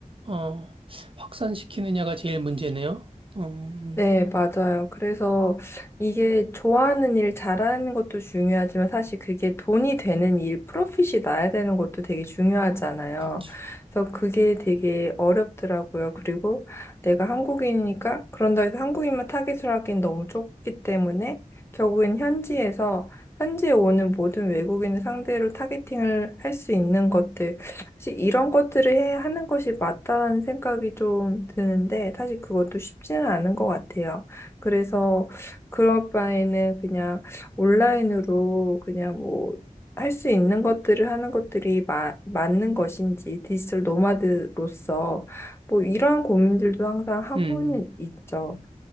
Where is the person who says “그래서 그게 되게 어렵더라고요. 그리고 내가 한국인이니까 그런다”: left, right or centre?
Left